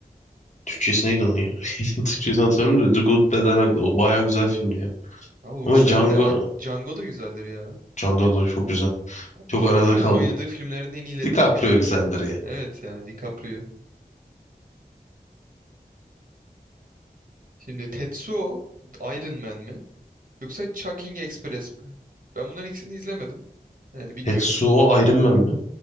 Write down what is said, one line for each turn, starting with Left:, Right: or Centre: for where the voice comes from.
Left: Türkçesi neydi onun ya? <laughs> Türkçesini hatırlamıyorum da The Good Bad and Ugly. O bayağı güzel filmdi ya.
Right: Ama bu
Left: Ama
Right: güzel
Left: Django,
Right: de An- Django da güzeldir ya.
Left: Django da çok güzel. Çok
Right: DiCaprio'nun
Left: arada kaldım.
Right: oynadığı filmlerin en iyilerinden
Left: DiCaprio
Right: biri bence.
Left: güzeldir ya.
Right: Evet ya DiCaprio. Şimdi Tetsuo Iron Man mi? Yoksa Chucking Express mi? Ben bunların ikisini de izlemedim. Yani bilmiyorum.
Left: Tetsuo Iron Man mi?